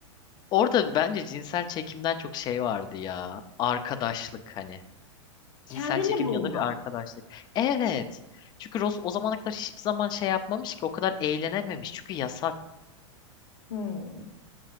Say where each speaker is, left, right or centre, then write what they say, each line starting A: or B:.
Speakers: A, on the left (about 25°); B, on the left (about 85°).
A: orada bence cinsel çekimden çok şey vardı ya arkadaşlık hani cinsel
B: Kendini
A: çekim
B: bulma.
A: yanında bir arkadaşlık. Evet çünkü Ross o zamana kadar hiçbir zaman şey yapmamış ki o kadar eğlenememiş çünkü yasak.
B: Hmm.